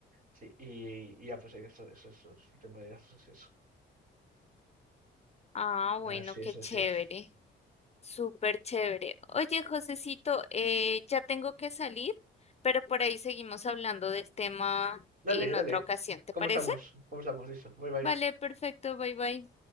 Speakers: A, on the right; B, on the left.
A: Sí, y, y ya pues eso, eso, eso, el tema de gastos es eso.
B: Ah, bueno,
A: Así
B: qué
A: es, así
B: chévere.
A: es.
B: Súper chévere. Oye, Josecito, eh, ya tengo que salir, pero por ahí seguimos hablando del tema
A: Dale,
B: en
A: dale.
B: otra ocasión, ¿te
A: Conversamos,
B: parece?
A: conversamos, listo. Bye bye.
B: Vale, perfecto, bye bye.